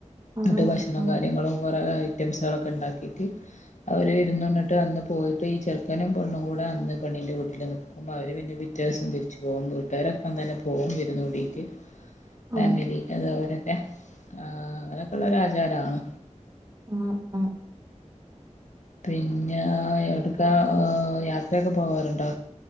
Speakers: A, on the right (about 30°); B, on the left (about 75°).
A: ഉം
B: എന്നട്ട് ഭക്ഷണ
A: ഉം
B: കാര്യങ്ങളും കുറെ ഐറ്റംസുകളൊക്കെ ഉണ്ടാക്കിട്ട് അവര് വിരുന്നുണ്ടിട്ട് അന്ന് പോയിട്ട് ഈ ചെറുക്കനും പെണ്ണും കൂടെ അന്ന് പണിന്റെ വീട്ടിൽ നിൽകും അവര് പിന്നെ പിറ്റെ ദിവസം തിരിച്ചു പോകും വീട്ടുകാരൊക്കെ അന്ന് തന്നെ പോകും വിരുന്നു കൂടിയിട്ട് ഫാമിലി
A: ഉം
B: അത് അവരൊക്കെ ആ അങ്ങനെയൊക്കെ ഉള്ളൊ ആചാരമാണ്
A: ആഹ് ആഹ്
B: പിന്നെ എവിടുക്കാ യാത്രയൊക്കെ പോവാറുണ്ടോ